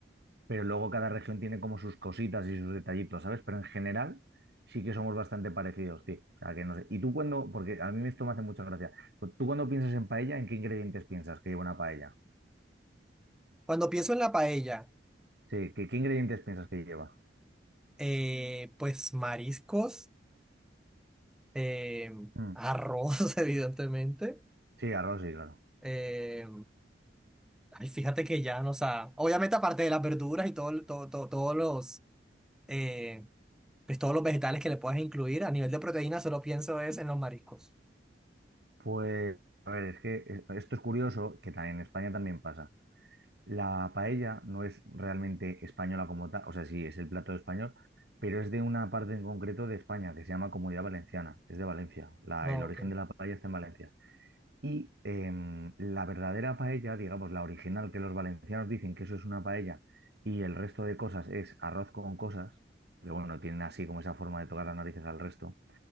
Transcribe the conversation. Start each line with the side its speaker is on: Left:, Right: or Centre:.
Right: pero luego cada región tiene como sus cositas y sus detallitos, ¿sabes? Pero en general sí que somos bastante parecidos, tío. O sea, que no sé. Y tú cuando, porque a mí esto me hace mucha gracia, pues tú cuando piensas en paella, ¿en qué ingredientes piensas que lleva una paella?
Centre: Cuando pienso en la paella.
Right: Sí, ¿qué, qué ingredientes piensas que lleva?
Centre: Eh, pues mariscos, eh,
Right: Mm,
Centre: arroz, <laughs> evidentemente.
Right: Sí, arroz, sí, claro.
Centre: Eh, ay, fíjate que ya, no, o sea, obviamente aparte de las verduras y todo, todo, todo- todos los, eh, pues todos los vegetales que le puedas incluir, a nivel de proteína solo pienso es en los mariscos.
Right: Pues, a ver, es que es- esto es curioso, que también en España también pasa. La paella no es realmente española como tal, o sea, sí, es el plato español, pero es de una parte en concreto de España que se llama Comunidad Valenciana, es de Valencia, la-
Centre: No,
Right: el origen
Centre: ok.
Right: de la paella está en Valencia. Y em, la verdadera paella, digamos, la original que los valencianos dicen que eso es una paella y el resto de cosas es arroz con cosas, pero bueno, tienen así como esa forma de tocar las narices al resto,